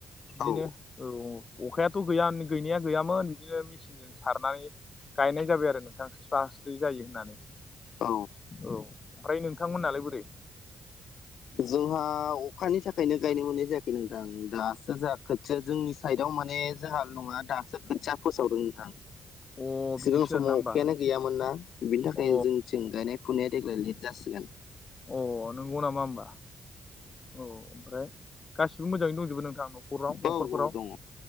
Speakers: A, on the left; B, on the left.
A: बिदिनो
B: औ
A: औ अखायाथ' गैया गैनाया गैयामोन बिदिनो मिचिनजों सारनानै गायनाय जाबाय आरो नोंथां स्राास्रि जायो होननानै
B: औ
A: औ। ओमफ्राय नोंथां मोननालाय बोरै?
B: जोंहा अखानि थाखायनो गायनो मोननाय जायाखै नोंथां दासो जा खोथिया जोंनि साइदआव माने जोंहा नङा दासो खोथिया फोसावदों नोंथां।
A: अ बिदिसो
B: सिगां समाव
A: आरोना होमबा
B: अखायानो गैयामोन न ाबिनि थाखायनो
A: अ
B: जोंनिथिं गायनाय फुनाया देग्लाय लेट जासिगोन।
A: अ नोंगौ नामा होमबा। औ ओमफ्राय गासिबो मोजाङैनो दंजोबो नोंथां न'खराव
B: औ
A: न'खरफोराव?
B: दङ